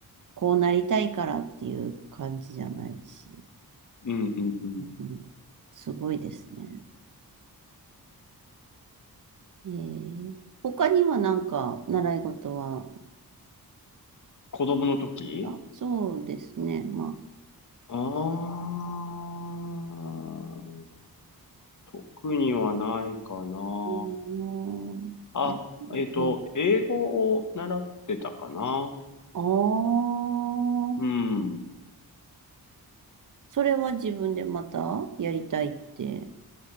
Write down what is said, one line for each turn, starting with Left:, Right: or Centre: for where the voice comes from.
Right: こうなりたいからっていう感じじゃないし、
Left: うんうんうん。
Right: うん、すごいですね。えー、他にはなんか習い事は、
Left: 子供の時
Right: あ、そうですね、まあ。
Left: ああー、特にはないかな。
Right: うーん、
Left: あ、えっと、
Right: うん、
Left: 英語を習ってたかな。
Right: ああ、
Left: うん。
Right: それは自分でまたやりたいって。